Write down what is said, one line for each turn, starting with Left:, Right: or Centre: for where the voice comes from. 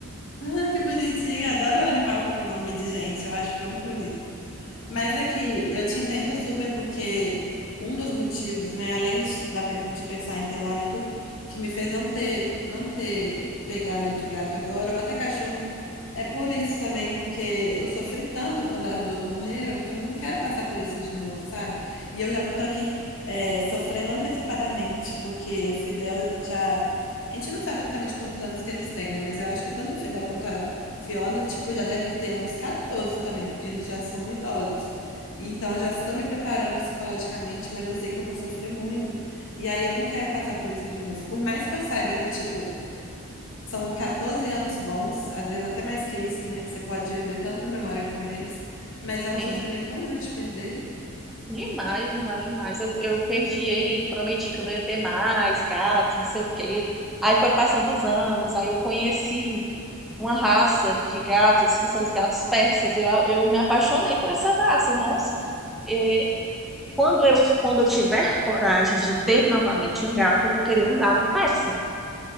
Left: Ah, que bonitinho. Adoro o animal com nome de gente. Eu acho que é muito bonito. Mas é que eu te entendo super, porque um dos motivos, né, além de da pe- de pensar em ter lá e tudo, que me fez não ter, não ter pegado outro gato agora, ou até cachorro, é por isso também, porque eu sofri tanto quando as duas morreram, que eu não quero passar por isso de novo, sabe? E eu já tô aqui, é, sofrendo antecipadamente, porque o Fidel já. A gente não sabe exatamente quantos anos que eles têm, né? Mas eu acho que tanto o Fidel quanto a Fiona, tipo, já deve ter uns 14 também, porque eles já são idosos. E Então, eu já estou me preparando psicologicamente, mas eu sei que eu vou sofrer muito. E aí, eu não quero passar por isso de novo. Por mais que eu saiba que, tipo, são 14 anos bons, às vezes até mais que isso, né? Que você pode viver tanta memória com eles. Mas é um
Centre: Tem
Left: sofrimento tão grande perder.
Centre: demais, demais, demais. Eu, eu perdi ele e prometi que eu não ia ter mais gatos, não sei o quê. Aí foi passando os anos, aí eu conheci uma raça de gatos, que são os gatos persas. Eu, eu me apaixonei por essa raça, nossa. É, quando eu, quando eu tiver coragem de ter novamente um gato, eu vou querer um gato persa.